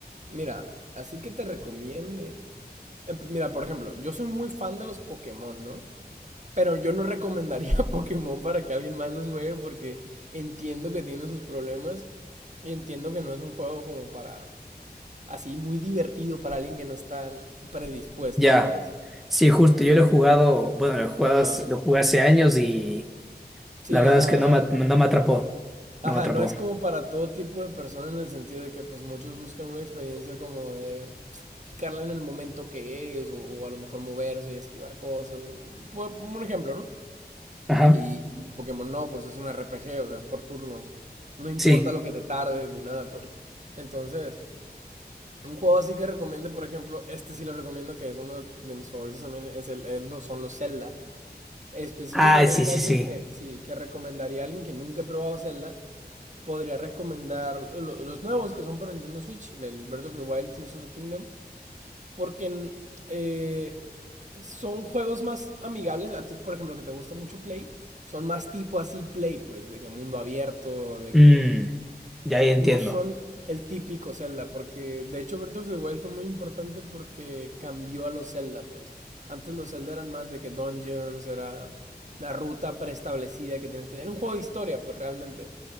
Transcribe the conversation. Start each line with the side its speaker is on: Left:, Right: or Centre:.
Right: Mira, así que te recomiende. en Mira, por ejemplo, yo soy muy fan de los Pokémon, ¿no? Pero yo no recomendaría <laughs> Pokémon para que alguien más los juegue porque entiendo que tiene sus problemas y entiendo que no es un juego como para así muy divertido para alguien que no está predispuesto,
Centre: Ya.
Right: ¿sabes?
Centre: Sí, justo. Yo lo he jugado. Bueno, lo he jugado,
Right: Ajá.
Centre: hace- lo jugué hace años y.
Right: Sí,
Centre: La verdad
Right: ajá,
Centre: es que no me, no me atrapó.
Right: Ajá,
Centre: No me atrapó.
Right: no es como para todo tipo de persona en el sentido de que pues muchos buscan una experiencia como de picarla en el momento que es o, o a lo mejor moverse y esquivar cosas. Pu- Un ejemplo, ¿no?
Centre: Ajá.
Right: Y, y Pokémon no, pues es un RPG, o sea, es por turnos. No importa
Centre: Sí.
Right: lo que te tardes ni nada, pues. Entonces, un juego así que recomiende, por ejemplo, este sí lo recomiendo que es uno de mis favoritos también, es el, es los- son los Zelda. Específicamente
Centre: Ah, sí, sí,
Right: alguien
Centre: sí.
Right: que sí, que recomendaría a alguien que nunca ha probado Zelda podría recomendar los nuevos que son para Nintendo Switch, el Breath of the Wild, Tears of the Kingdom, porque eh, son juegos más amigables. A ti, por ejemplo, que te gusta mucho Play, son más tipo así Play, pues, de que mundo abierto, de
Centre: Mm,
Right: que
Centre: ya,
Right: eh,
Centre: ya entiendo.
Right: no son el típico Zelda, porque de hecho Breath of the Wild fue muy importante porque cambió a los Zelda, pues. Antes los Zelda eran más de que dungeons, era una ruta preestablecida que tienes que... Era un juego de historia, pues realmente